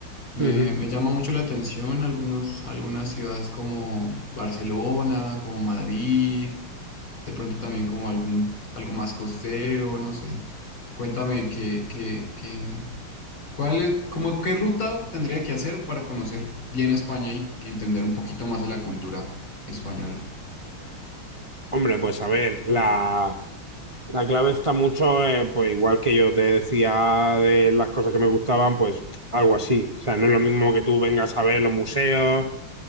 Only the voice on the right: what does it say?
Ujú.
Hombre, pues a ver, la, la clave está mucho, eh, pues igual que yo te decía de las cosas que me gustaban, pues algo así. O sea, no es lo mismo que tú vengas a ver los museos,